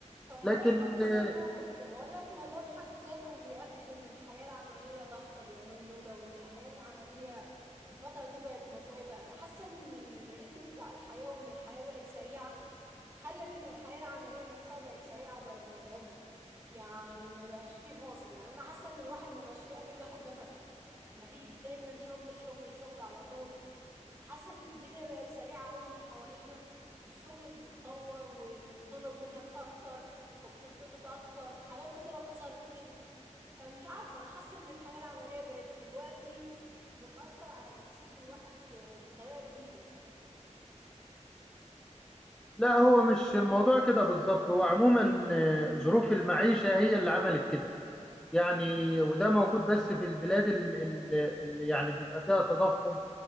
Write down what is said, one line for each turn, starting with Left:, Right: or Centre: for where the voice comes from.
Right: طب ما
Centre: لكن
Right: ده في حد ذاته
Centre: آه،
Right: ما اقول لك ما ده في حد ذاته بيأكد ان الحياة العملية ضغطة اليومين دول وان الحياة العملية الفترة دي بقت متعبة انا حاسة ان ال- الريتم بتاع الحياة وان الحياة بقت سريعة خلت ان الحياة العملية نفسها بقت سريعة وبقت متعبة يعني ما بقاش فيه فاصل يعني انا حاسة ان الواحد ما بقاش قادر ياخد نفسه ما فيش دايما شغل شغل شغل على طول فحاسة ان الدنيا بقت سريعة قوي من حوالينا والشغل بيتطور وبيطلب منك اكتر وبتضغط اكتر حاجات كتيرة بتظهر كتير فمش عارفة انا حاسة ان الحياة العملية بقت دلوقتي بتأثر على نفسية الواحد ب- بطريقة كبيرة
Centre: لا هو مش الموضوع كده بالظبط هو عموما آه، ظروف المعيشة هي اللي عملت كده يعني وده موجود بس في البلاد اللي يعني بيبقى فيها تضخم